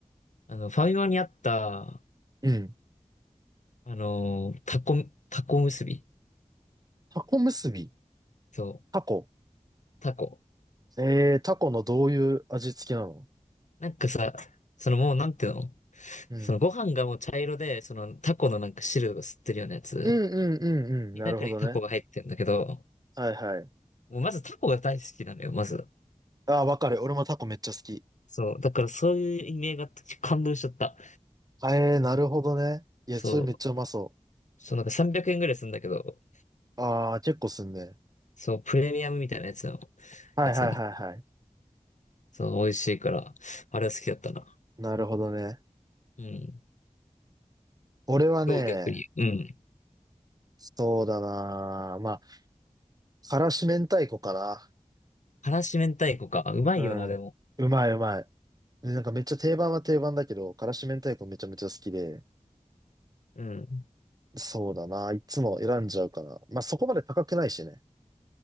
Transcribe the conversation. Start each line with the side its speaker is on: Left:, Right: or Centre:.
Left: あの、ファミマにあった、
Right: うん。
Left: あのータコ、タコ結び。
Right: タコ結び。
Left: そう、
Right: タコ。
Left: タコ。
Right: えー、タコのどういう味付けなの
Left: なんかさ、そのもうなんていうの
Right: うん。
Left: そのご飯がもう茶色で、そのタコのなんか汁を吸ってるようなやつ。
Right: うんうんうんうん。なるほどね。
Left: 中にタコが入ってるんだけど、
Right: はいはい。
Left: もうまずタコが大好きなのよ、まず。
Right: あー、分かる。俺もタコめっちゃ好き。
Left: そう。だからそういう意味ージがあって感動しちゃった。
Right: えー、なるほどね。いや、
Left: そう。
Right: それめっちゃうまそ
Left: そう、なんか300円ぐらいするんだけど、
Right: う。あー、結構すんね。
Left: そう、プレミアムみたいなやつの、
Right: はいはいはいはい。
Left: やつなんだけど、そう、美味しいから、あれは好きだったな。
Right: なるほどね。
Left: うん。
Right: 俺はね、
Left: どう逆に。うん。
Right: そうだな。まあ、からし明太子かな。
Left: 辛子明太子か。うまいよな、
Right: うん。
Left: でも。
Right: うまいうまい。で、なんかめっちゃ定番は定番だけど、からし明太子めちゃめちゃ好きで。
Left: うん。
Right: そうだな。いつも選んじゃうから。まあそこまで高くないしね。